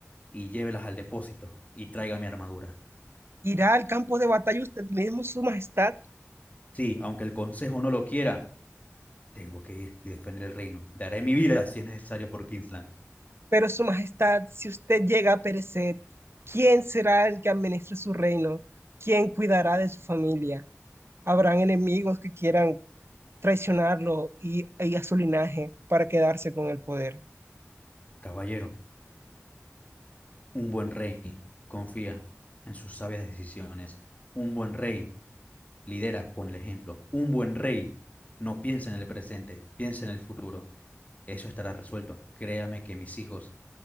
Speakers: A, on the left; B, on the right.
A: y llévelas al depósito y traiga mi armadura.
B: irá al campo de batalla usted mismo, Su Majestad,
A: Sí, aunque el consejo no lo quiera, tengo que ir y defender el reino. Daré mi vida si es necesario por Kingsland.
B: pero Su Majestad, si usted llega a perecer, ¿quién será el que administre su reino? ¿Quién cuidará de su familia? Habrán enemigos que quieran traicionarlo y, y a su linaje para quedarse con el poder.
A: Caballero, Un buen rey confía en sus sabias decisiones. Un buen rey lidera con el ejemplo. Un buen rey no piensa en el presente, piensa en el futuro. Eso estará resuelto. Créame que mis hijos